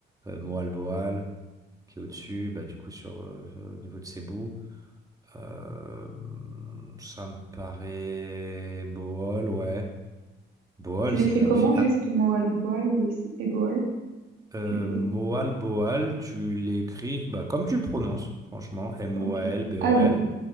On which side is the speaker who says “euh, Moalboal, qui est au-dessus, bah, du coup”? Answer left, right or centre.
Right